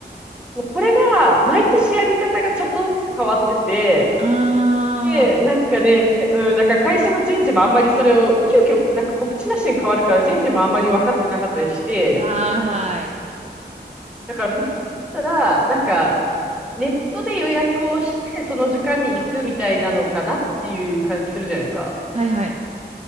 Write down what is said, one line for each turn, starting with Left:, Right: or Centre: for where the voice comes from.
Centre: もうこれが、毎年やり方がちょっとずつ変わってて、
Right: あ
Centre: で、なんかね、うん、なんか会社の人事もあんまりそれを、急遽、なんか告知なしに変わるから人事もあんまり分かってなかったりして、
Right: あ、ああ、はい。
Centre: だから普通だったら、なんかネットで予約をして、その時間に行くみたいなのかなっていう感じするじゃないですか。
Right: はいはい。